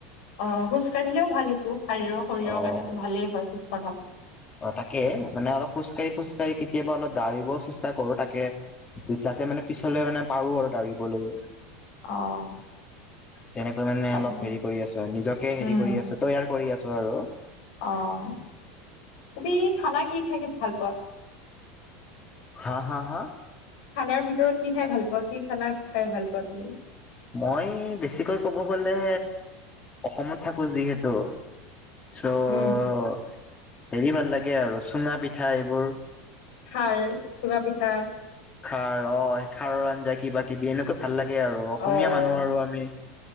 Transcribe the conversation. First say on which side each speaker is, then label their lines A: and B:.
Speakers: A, on the left; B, on the left.
A: অ', খোজ কঢ়িলেও ভাল সেইটো শাৰীৰৰ শৰীৰৰ
B: অ'।
A: কাৰণে তো ভালেই হয় খোজ কঢ়া
B: অ', তাকে মানে অলপ খোজকাঢ়ি খোজকাঢ়ি কেতিয়াবা অলপ দাৰিবও চেষ্টা কৰো তাকে যাতে মানে পিছলে মানে পাৰো আৰু দা়ৰিবলৈ
A: অ'।
B: তেনেকৈ মানে
A: আৰু
B: অলপ হেৰি কৰি আছো নিজকে হেৰি
A: উম
B: কৰি আছো তো ইয়াৰ কৰি আছো আৰু
A: অ', তুমি খানা কি খাই ভাল পোৱা।
B: হা, হা, হা।
A: খানাৰ ভিতৰত কি খাই ভাল পোৱা কি খানা খাই ভাল পোৱা তুমি?
B: মই বেছিকৈ ক'ব গ'লে অসমত থাকো যিহেতু আছো।
A: উম।
B: ত' হেৰি ভাল লাগে আৰু চুঙা পিঠা এইবোৰ
A: খাৰ চুগা পিঠা
B: খাৰ অ', খাৰৰ আঞ্জা কিবা কিবি এনেকুৱা ভাল লাগে আৰু অসমীয়া
A: অ',
B: মানুহ আৰু আমি